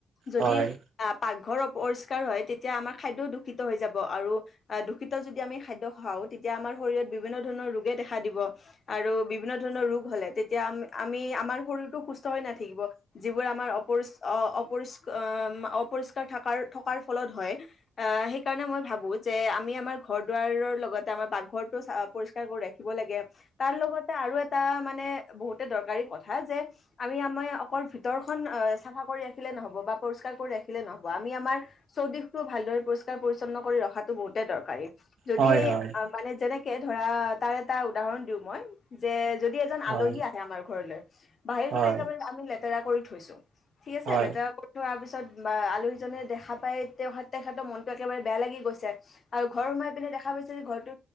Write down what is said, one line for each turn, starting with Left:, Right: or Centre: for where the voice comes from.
Left: যদি
Right: হয় হয়
Left: আ পাক ঘৰ অপৰিষ্কাৰ হয় তেতিয়া আমাৰ খাদ্যও দূষিত হৈ যাব আৰু দূষিত যদি আমি খাদ্য খাও তে তিয়া আমাৰ শৰীৰত বিভিন্ন ধৰণৰ ৰোগে দেখা দিব আৰু বিভিন্ন ধৰণৰ ৰোগ হলে তেতিয়া আম আমি আমাৰ শৰীৰতো সুস্থ হৈ নাথাকিব যিবোৰ আ মাৰ অপৰিচ অপৰিচ এ ম অপৰিষ্কাৰ থকাৰ ফলত হয় সেইকাৰণে মানে মই ভাবো যে আমি আমাৰ ঘৰ দুৱাৰৰ লগতে আমাৰ পাকঘৰটো চ পৰিস্কাৰ কৰি ৰাখিব লাগে। তাৰ লগতে আৰু এটা মানে বহুত দৰকাৰী কথা যে আমি আমাৰ অকল ভিতৰ খখন অ চাফা কৰি ৰাখিলে নহব বা পৰিষ্কাৰ কৰি ৰাখ ৰাখিলে নহব আমি আমাৰ চৌদিশটো ভালদৰে পৰিষ্কাৰ পৰিচ্ছন্ন কৰি ৰখাতো বহুতে দৰকাৰী যদি
Right: হয়
Left: এই
Right: হয় হয়
Left: মানে যেনেকে ধৰা তাৰ এটা উদাহৰণ দিওঁ মই যে যদি এজন
Right: হয়
Left: আলহী আহে আমাৰ ঘৰলৈ বাহিৰখন
Right: হয়
Left: একেবাৰে আমি লেতেৰা কৰি থৈছো ঠিক আছে
Right: হয়
Left: লেতেৰা কৰি থোৱাৰ পিছত বা আলহী জনে দেখা পাই তে তেখতৰ মনটো একেবাৰে বেয়া লাগি গৈছে আৰু ঘৰ সোমাই পিনে দেখা পাইছে যে ঘৰটো